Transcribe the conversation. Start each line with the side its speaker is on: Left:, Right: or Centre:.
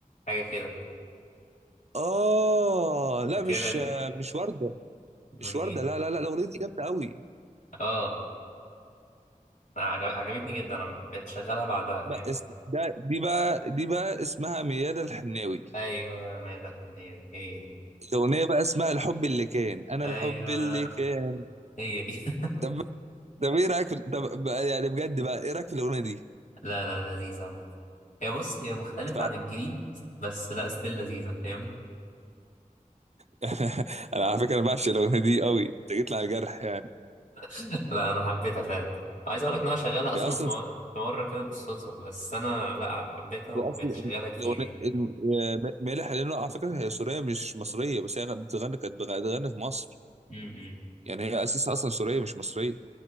Left: حاجه كده
Right: اه لا
Left: فاكرها
Right: مش
Left: دي
Right: مش ورده
Left: من
Right: مش ورده
Left: مين
Right: لا لا لا الاغنيه دي جامده قوي
Left: اه عجب... عجبتني جدا انا بقيت اشغلها بعدها فاهم
Right: لا اس- ده دي بقى دي بقى اسمها ميادة الحناوي
Left: ايوه ماذا هي دي هي دي
Right: الاغنيه بقى اسمها الحب اللي كان انا
Left: ايوه
Right: الحب اللي كان
Left: هي دي <laughs>
Right: ده طب ايه رايك في طب بقى- يعني بجد بقى ايه رايك في الاغنيه دي؟
Left: لا لا لذيذة هي بص هي مختلفة
Right: ف...
Left: عن الجديد بس لا ستيل لذيذة فاهم
Right: <laughs> انا على فكره انا بعشق الاغنيه دي قوي انت جيت لي على جرح يعني
Left: <laughs> لا أنا حبيتها فعلا وعايز أقول لك إن أنا شغالها أصلا
Right: هي اصلا
Left: في م- في مرة كده بالصدفة بس أنا لا حبيتها وبقيت
Right: هي اصلا
Left: أشغلها كتير
Right: الاغنيه
Left: يعني
Right: الم- مالح لانه على فكره هي سوريه مش مصريه بس هي بتغني كانت بتغني في مصر
Left: امم
Right: يعني هي اساسا اصلا سوريه مش مصريه